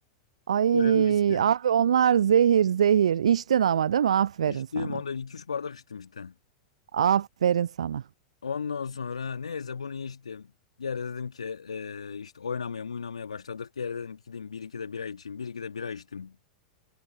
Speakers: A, on the right; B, on the left.
A: Ay
B: Böyle bir viski.
A: abi onlar zehir zehir. İçtin ama değil mi? Aferin
B: İçtim
A: sana.
B: onda iki üç bardak içtim işte.
A: Aferin sana.
B: Ondan sonra neyse bunu içtim. Geri dedim ki eee, işte oynamaya oynamaya başladık. Geri dedim ki gideyim bir iki de bira içeyim. Bir iki de bira içtim.